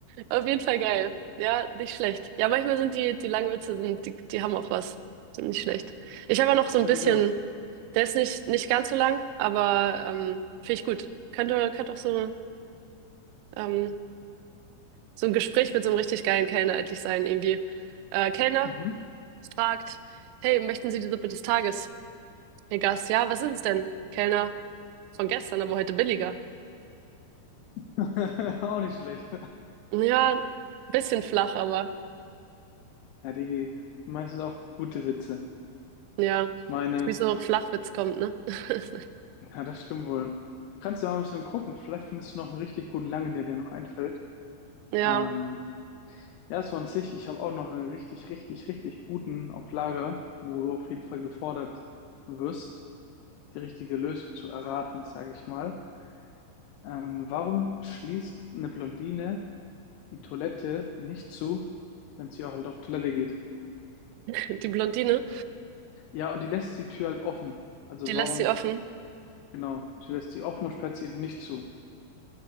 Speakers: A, on the right; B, on the left.
A: auf jeden Fall geil. Ja, nicht schlecht. Ja, manchmal sind die, die langen Witze, sind, die, die haben auch was. Sind nicht schlecht. Ich habe ja noch so ein bisschen,
B: ich auch.
A: der ist nicht, nicht ganz so lang, aber ähm, finde ich gut. Könnte, könnte auch so ähm, so ein Gespräch mit so einem richtig geilen Kellner eigentlich sein, irgendwie. Äh, Kellner
B: Mhm.
A: fragt, hey, möchten Sie die Suppe des Tages? Der Gast, ja, was ist es denn? Kellner, von gestern, aber heute billiger.
B: <laughs> Auch nicht schlecht.
A: Ja, bisschen flach, aber
B: Ja, die meistens auch gute Witze.
A: ja,
B: Ich meine,
A: wie so Flachwitz kommt, ne? <laughs>
B: ja, das stimmt wohl. Kannst du mal ein bisschen gucken. Vielleicht findest du noch einen richtig guten Langen, der dir noch einfällt.
A: Ja,
B: Ähm, ja, so an sich, ich habe auch noch einen richtig, richtig, richtig guten auf Lager, wo du auf jeden Fall gefordert wirst, die richtige Lösung zu erraten, sage ich mal. Ähm, warum schließt eine Blondine die Toilette nicht zu, wenn sie auch halt auf Toilette geht.
A: die Blondine,
B: Ja, und die lässt die Tür halt offen. Also
A: die lässt
B: warum,
A: sie offen.
B: genau, sie lässt sie offen und sperrt sie eben nicht zu.